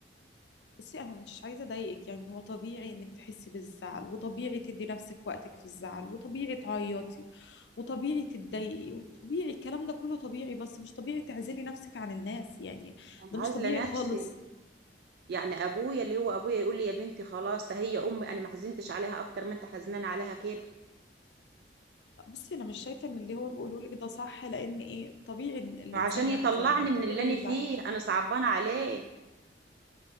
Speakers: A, on the left; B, on the right.
A: بصي انا مش عايزه اضايقك يعني هو طبيعي انك تحسي بالزعل وطبيعي تدي نفسك وقتك في الزعل وطبيعي تعيطي وطبيعي تتضايقي وطبيعي الكلام ده كله طبيعي بس مش طبيعي تعزلي نفسك عن الناس يعني
B: أنا
A: ده مش
B: عازلة
A: طبيعي خالص
B: نفسي يعني أبويا اللي هو أبويا يقول لي يا بنتي خلاص ده هي أمي أنا ما حزنتش عليها أكتر ما أنت حزنان عليها كده
A: بصي انا مش شايفه ان اللي هو بيقوله لك ده صح لان ايه طبيعي إن الانسان
B: عشان
A: يحزن
B: يطلعني
A: والطبيعي
B: من اللي أنا
A: يزعل
B: فيه أنا صعبانة عليه